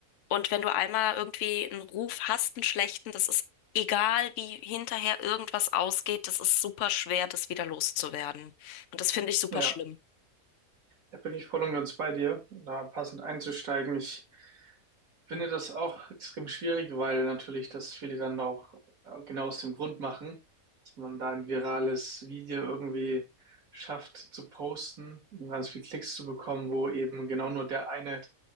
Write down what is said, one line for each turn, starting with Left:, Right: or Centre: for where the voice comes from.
Left: Und wenn du einmal irgendwie einen Ruf hast, einen schlechten, das ist egal, wie hinterher irgendwas ausgeht, das ist super schwer, das wieder loszuwerden. Und das finde ich super
Right: Ja,
Left: schlimm.
Right: da bin ich voll und ganz bei dir, um da passend einzusteigen. Ich finde das auch extrem schwierig, weil natürlich das viele dann auch äh, genau aus dem Grund machen, dass man da ein virales Video irgendwie schafft zu posten und ganz viel Klicks zu bekommen, wo eben genau nur der eine